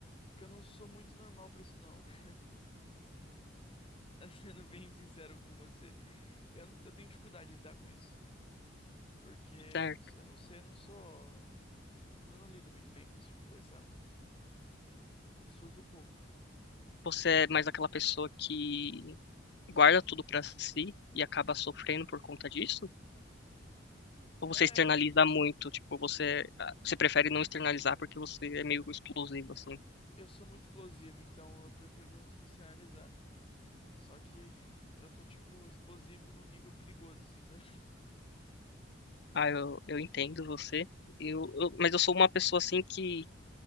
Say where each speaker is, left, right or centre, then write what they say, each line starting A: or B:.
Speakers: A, on the left; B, on the left.
A: que eu não sou muito normal pra isso, não. <laughs> Sendo bem sincero com você, eu, eu tenho dificuldade de lidar com isso. Porque eu
B: Certo.
A: não sei, eu não sei, eu não sou. Eu não, eu não lido muito bem com esse tipo de coisa, sabe? Eu surdo um pouco.
B: Você é mais aquela pessoa que guarda tudo pra si e acaba sofrendo por conta disso? Ou
A: É,
B: você externaliza muito? Tipo, você, ah, você prefere não externalizar porque você é meio explosivo, assim?
A: eu sou muito explosivo, então eu prefiro não, não externalizar. Só que eu sou, tipo, explosivo num nível perigoso, assim, sabe? <laughs>
B: Ah, eu, eu entendo você. Eu, eu- mas eu sou uma pessoa assim que